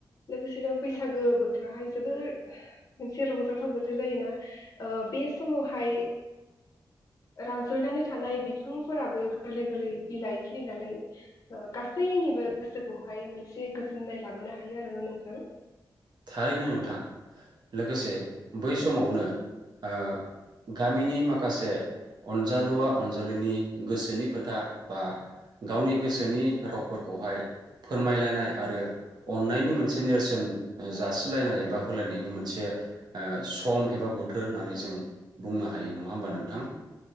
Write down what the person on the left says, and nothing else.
लोगोसेनो बै सागो बोथोरहाय जोबोर मोनसे रंजाथाव बोथोर जायोना ओ बे समावहाय रानज्रयनानै थानाय बिफांफोराबो गोरलै गोरलै बिलाइ खिलिनानै ओ गासैनिबो गोसोखौहाय मोनसे गोजोननाय लाबोनो हायो आरो ना नोंथां।